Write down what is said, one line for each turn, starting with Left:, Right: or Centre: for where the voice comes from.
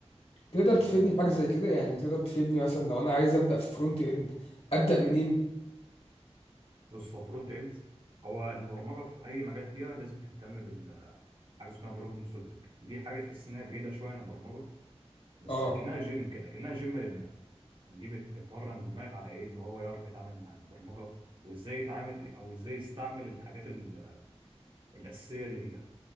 Left: تقدر
Right: ده
Left: تفيدني
Right: الفرق بينهم
Left: بحاجة زي كده يعني تقدر تفيدني مثلا لو انا عايز ابدأ في فرونت اند ابدأ منين
Right: بص هو فرونت اند هو البرمجه في اي مجال فيها لازم تهتم بالحاجه اسمها بروبلم سولفنج دي حاجه تحس انها بعيده شويه عن البرمجه بس
Left: اه
Right: اكنها جيم كده اكنها جيم للدماغ دي بت- بتمرن الدماغ على ايه ان هو يعرف يتعامل مع البرمجه وازاي يتعامل او ازاي يستعمل الحاجات ال- الاساسيه اللي فيها